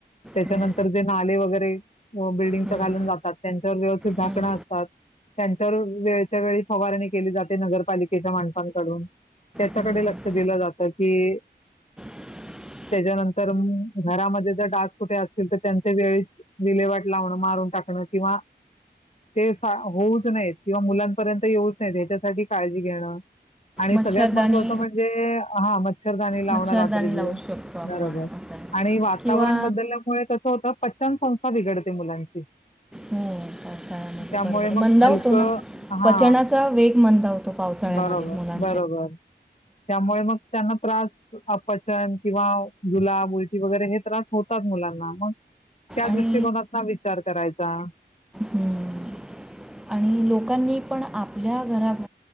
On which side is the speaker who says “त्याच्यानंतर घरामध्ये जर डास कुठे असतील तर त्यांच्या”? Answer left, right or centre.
Left